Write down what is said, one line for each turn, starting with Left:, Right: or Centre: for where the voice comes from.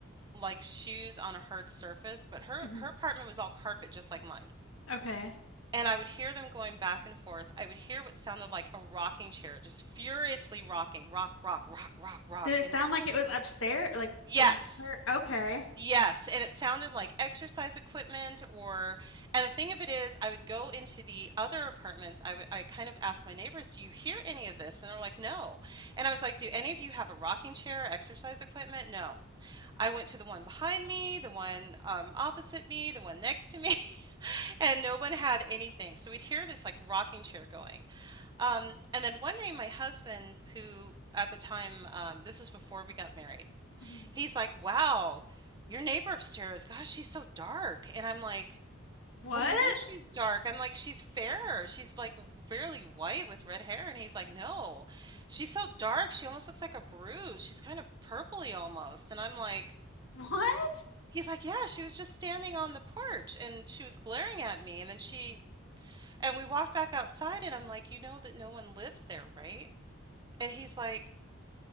Right: like shoes on a hard surface, but her
Left: hmm
Right: her apartment was all carpet just like mine.
Left: Okay.
Right: And I would hear them going back and forth. I would hear what sounded like a rocking chair just furiously rocking, rock, rock, rock, rock, rock.
Left: Did it
Right: And
Left: sound
Right: it was,
Left: like it was upstairs? Like
Right: yes.
Left: in her? Okay.
Right: Yes, and it sounded like exercise equipment or and the thing of it is I would go into the other apartments. I would I kind of asked my neighbors, "Do you hear any of this?" And they're like, "No." And I was like, "Do any of you have a rocking chair or exercise equipment?" No. I went to the one behind me, the one um, opposite me, the one next to me, <laughs> and no one had anything. So we'd hear this like rocking chair going. Um, and then one day my husband, who at the time um, this is before we got married,
Left: Mhm.
Right: He's like, "Wow, your neighbor upstairs, gosh, she's so dark." And I'm like,
Left: What?
Right: "What do you mean she's dark?" I'm like, "She's fair. She's like really white with red hair." And he's like, "No, she's so dark. She almost looks like a bruise. She's kind of purpley almost." And I'm like,
Left: What?
Right: He's like, yeah, she was just standing on the porch and she was glaring at me. And then she, and we walked back outside and I'm like, you know that no one lives there, right? And he's like,